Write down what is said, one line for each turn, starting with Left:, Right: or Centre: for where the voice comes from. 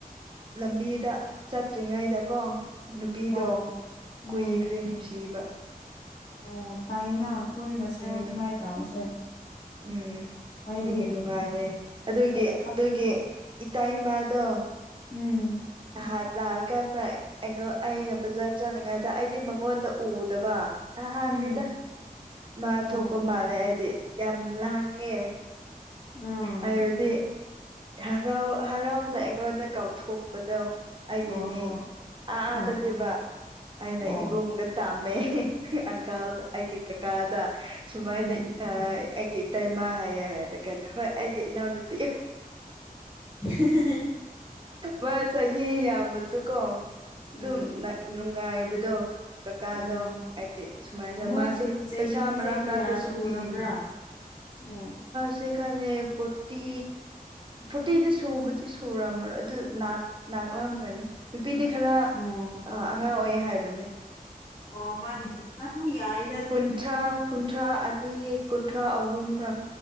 Right: ꯂꯝꯕꯤꯗ ꯆꯠꯇ꯭ꯔꯤꯉꯩꯗꯀꯣ ꯅꯨꯄꯤꯗꯣ
Left: ꯑꯣ ꯎꯝ
Right: ꯀꯨꯏꯈ꯭ꯔꯦ ꯅꯨꯡꯁꯤꯕ
Left: ꯑꯣ ꯐꯩꯅ ꯈꯨꯟ ꯃꯁꯦꯜ
Right: ꯎꯝ
Left: ꯑꯗꯨꯃꯥꯏ ꯇꯧꯕꯁꯦ
Right: ꯎꯝ
Left: ꯍꯥꯏꯗꯤ
Right: ꯗꯨꯒꯤ ꯅꯨꯡꯉꯥꯏꯌꯦ ꯑꯗꯨꯒꯤ
Left: ꯑꯞ ꯑꯞ
Right: ꯑꯗꯨꯒꯤ ꯏꯇꯩ ꯃꯥꯗꯣ
Left: ꯎꯝ
Right: ꯅꯍꯥꯟ ꯂꯥꯛꯑꯀꯥꯟꯗ ꯑꯩꯉꯣ ꯑꯩꯅ ꯕꯖꯥꯔ ꯆꯠꯂꯤꯉꯥꯏꯗ ꯑꯩꯗꯤ ꯃꯉꯣꯟꯗ ꯎꯗꯕ ꯅꯍꯥꯟꯅꯤꯗ
Left: ꯎꯝ
Right: ꯃꯥ
Left: ꯑꯣ
Right: ꯊꯣꯛꯄ ꯃꯥꯜꯂꯦ ꯑꯩꯗꯤ ꯌꯥꯝ ꯂꯥꯡꯉꯦ
Left: ꯎꯝ
Right: ꯍꯥꯏꯕꯗꯤ ꯍꯔꯥꯎ ꯍꯔꯥꯎꯅ ꯑꯩꯉꯣꯟꯗ ꯀꯧꯊꯣꯛꯄꯗꯣ ꯑꯩꯒꯤ
Left: ꯑꯣ
Right: ꯃꯤꯡ
Left: ꯍꯣꯏ
Right: ꯑꯥꯗꯅꯦꯕ
Left: ꯑꯣ ꯑꯣ
Right: ꯑꯩꯅ
Left: ꯑꯣ
Right: ꯏꯕꯨꯡꯗ ꯇꯥꯝꯃꯦ ꯑꯪꯀꯜꯗ ꯑꯩꯒꯤ ꯀꯀꯥꯗ ꯁꯨꯃꯥꯏꯅ
Left: ꯎꯝ
Right: ꯑ ꯑꯩꯒꯤ ꯏꯇꯩꯃꯥ ꯍꯥꯏꯌꯦ ꯍꯥꯏꯔ ꯀꯥꯟꯗ ꯍꯣꯏ ꯑꯩꯒꯤ ꯏꯅꯥꯎꯅꯨꯄꯤ
Left: <unintelligible>
Right: ꯃꯥ ꯆꯍꯤ ꯌꯥꯝꯃꯁꯨ ꯀꯣ ꯑꯗꯨꯝ
Left: ꯎꯝ
Right: ꯅ ꯅꯨꯡꯉꯥꯏꯕꯗꯣ ꯀꯀꯥꯗꯣ
Left: ꯎꯝ
Right: ꯑꯥꯏꯗꯤ ꯁꯨꯃꯥꯏꯅ
Left: ꯃꯣꯏꯒꯤ
Right: ꯃꯥꯁꯨ
Left: ꯆꯍꯤꯁꯦ
Right: ꯄꯩꯁꯥ ꯃꯔꯥ
Left: ꯀꯌꯥ
Right: ꯃꯔꯥꯇꯁꯨ
Left: ꯁꯨꯔꯕ꯭ꯔꯥ
Right: ꯄꯤꯕꯅꯦ
Left: ꯑꯣ
Right: ꯁꯤ ꯈꯟꯅꯦ ꯐꯣꯔꯇꯤ ꯐꯣꯇꯤꯗꯤ ꯁꯨꯕꯗꯤ ꯁꯨ ꯁꯨꯔꯝꯃꯔꯣ ꯑꯗꯨ ꯅꯥꯛ ꯅꯥꯥꯛꯂꯝꯒꯅꯤ ꯅꯨꯄꯤꯗꯤ ꯈꯔ
Left: ꯎꯝ
Right: ꯑꯥ ꯑꯉꯥꯡ ꯑꯣꯏꯌꯦ ꯍꯥꯏꯕꯅꯦ
Left: ꯑꯣ ꯃꯥꯗꯤ ꯑꯗꯨ ꯌꯥꯏ
Right: ꯀꯨꯟꯊ꯭ꯔꯥ ꯀꯨꯟꯊ꯭ꯔꯥ ꯑꯅꯤ ꯀꯨꯟꯊ꯭ꯔꯥ ꯑꯍꯨꯝꯔ